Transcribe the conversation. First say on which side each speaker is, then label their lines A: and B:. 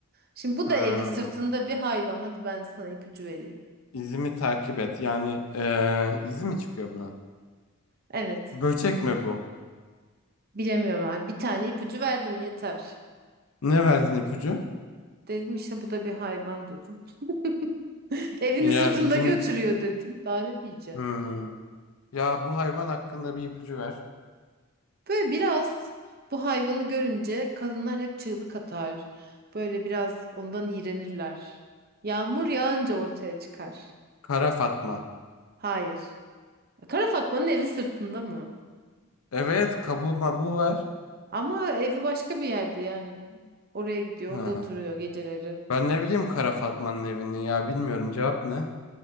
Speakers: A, on the right; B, on the left.
A: Şimdi bu
B: Ha.
A: da evi sırtında bir hayvan. Hadi ben sana ipucu vereyim.
B: İzimi takip et. Yani ee, izi mi çıkıyor buna?
A: Evet.
B: Böcek mi bu?
A: Bilemiyorum abi. Bir tane ipucu verdim yeter.
B: Ne verdin ipucu?
A: Dedim işte bu da bir hayvan dedim. <laughs> Evini
B: Ya
A: sırtında
B: İzmit.
A: götürüyor dedim. Daha ne diyeceğim?
B: Hmm. Ya bu hayvan hakkında bir ipucu ver.
A: Böyle biraz bu hayvanı görünce kadınlar hep çığlık atar. Böyle biraz ondan iğrenirler. Yağmur yağınca ortaya çıkar.
B: Kara Fatma.
A: Hayır. Kara Fatma'nın evi sırtında mı?
B: Evet kabuğu mabuğu ver.
A: Ama evi başka bir yerde yani. Oraya gidiyor,
B: Ha.
A: orada oturuyor geceleri.
B: Ben ne bileyim Kara Fatma'nın evini ya bilmiyorum cevap ne?